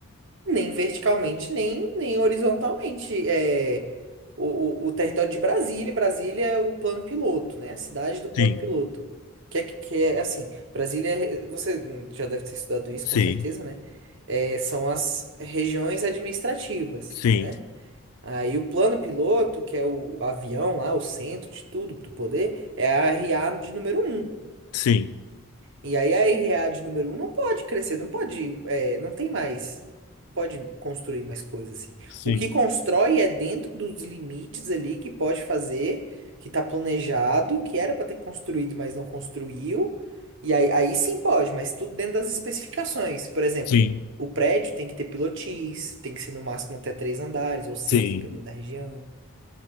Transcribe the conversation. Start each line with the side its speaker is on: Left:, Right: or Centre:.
Right: Nem verticalmente, nem, nem horizontalmente. É, o, o, o território de Brasília, Brasília é o plano piloto, né? A cidade do plano
Left: Sim,
Right: piloto. Que é, que é assim, Brasília, é- você hum, já deve ter estudado isso,
Left: sim,
Right: com certeza, né? É, são as regiões administrativas,
Left: sim,
Right: né? Aí o plano piloto, que é o avião lá, o centro de tudo, do poder, é a RA de número um
Left: sim,
Right: e aí a Irread número um não pode crescer, não pode, é, não tem mais, não pode construir mais coisas assim.
Left: sim,
Right: O que constrói é dentro dos limites ali que pode fazer, que tá planejado, que era para ter construído, mas não construiu. E aí, aí sim pode, mas tudo dentro das especificações. Por exemplo,
Left: sim,
Right: o prédio tem que ter pilotis, tem que ser no máximo até três andares ou seis,
Left: sim.
Right: dependendo da região,